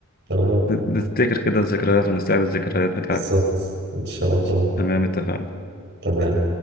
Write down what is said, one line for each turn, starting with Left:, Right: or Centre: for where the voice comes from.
Right: تمام
Left: نفتكر كده الذكريات ونستعيد الذكريات بتاعتنا
Right: بالظبط إن شاء الله
Left: تمام اتفقنا
Right: تمام